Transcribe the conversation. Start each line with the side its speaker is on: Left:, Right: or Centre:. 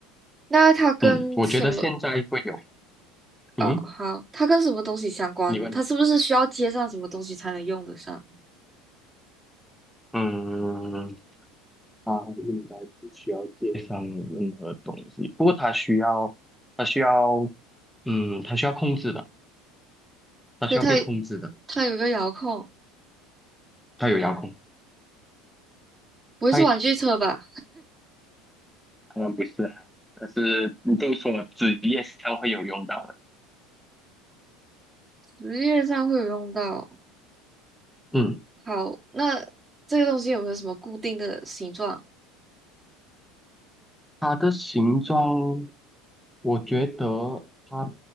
Right: 那它跟什么？
Centre: 嗯，我觉得现在会有。嗯，
Right: 哦，好，它跟什么东西相关呢？
Centre: 你问。
Right: 它是不是需要接上什么东西才能用得上？
Centre: 嗯，他应该不需要介绍任何东西，不过他需要，他需要，嗯，他需要控制的，他需要被控制的，
Right: 对，它它有一个遥控，
Centre: 他有遥控，
Right: 不会是玩具车吧？
Centre: 他也可以没有遥控。当然不是啊，但是你这么说，职业上会有用到的。
Right: 职业上会有用到。
Centre: 嗯。
Right: 好，那这个东西有没有什么固定的形状？
Centre: 它的形状，我觉得它